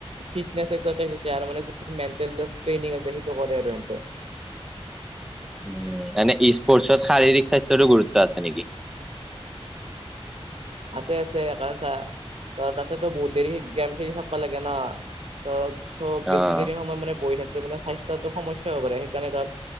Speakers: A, on the right (about 70°); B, in the centre.
A: ফিটনেছ এক্সাইজ আছে আৰু মানে মেল ট্ৰেইলাৰ আছে সেইটো কৰে আৰু হেন্তে।
B: <inaudible> উম এনে ইস্পৰ্টচত শাৰীৰিক স্বাস্থ্যৰো গুৰুত্ব আছে নেকি।
A: আছে আছে একানচা। <unintelligible> ত তাতেতো বহুত দেৰি গেম খেলি থাকিবা লাগে ন ত। চ'ব বেছি
B: অ',
A: দেৰি সময় মানে বহি থাকিলে মানে স্বাস্থ্যত টো সমস্যা হ'ব পাৰে সেইকাৰণে তাত।